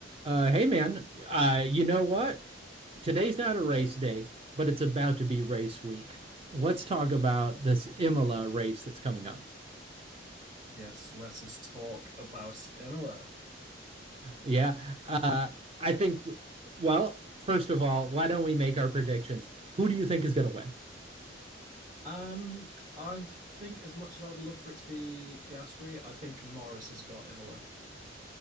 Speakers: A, on the right; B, on the right.
A: Uh, hey man, uh, you know what? Today's not a race day, but it's about to be race week. Let's talk about this Imola race that's coming up.
B: Yes, let us talk about Imola.
A: Yeah, uh, I think. Well, first of all, why don't we make our predictions? Who do you think is going to win?
B: Um, I think as much as I would love for it to be Piastri, I think Norris has got Imola.